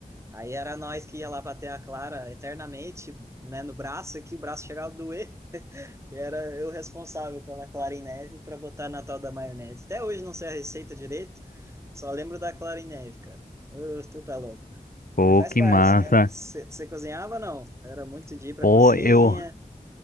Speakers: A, on the right (about 20°); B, on the left (about 65°).
A: Aí era nós que ia lá bater a clara eternamente, né? No braço aqui, o braço chegava a doer. E era eu responsável pela clara em neve pra botar na tal da maionese. Até hoje não sei a receita direito, só lembro da clara em neve, cara. Ô, tu tá louco.
B: pô,
A: Mas faz
B: que
A: parte,
B: massa.
A: né? Você cozinhava, não? Era muito de ir pra
B: Pô,
A: cozinha.
B: eu,